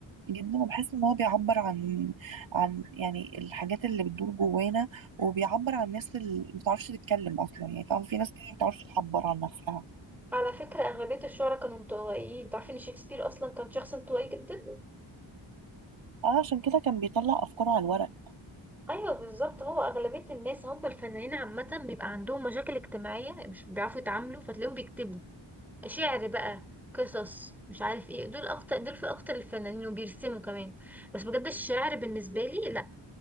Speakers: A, on the right (about 70°); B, in the centre.
A: جدا وبحس إن هو بيعبر عن عن يعني الحاجات اللي بتدور جوانا وبيعبر عن الناس اللي ما بتعرفش تتكلم أصلا يعني فاهم في ناس كده ما بتعرفش تعبر عن نفسها
B: على فكرة أغلبية الشعراء كانوا انطوائيين تعرفي إن شكسبير أصلا كان شخص انطوائي جدا
A: اه عشان كده كان بيطلع أفكاره على الورق
B: ايوه بالظبط هو اغلبيه الناس هم الفنانين عامه بيبقى عندهم مشاكل اجتماعيه مش بيعرفوا يتعاملوا فتلاقيهم بيكتبوا شعر بقى قصص مش عارف ايه دول اكتر دول في اكتر الفنانين وبيرسموا كمان بس بجد الشعر بالنسبه لي لا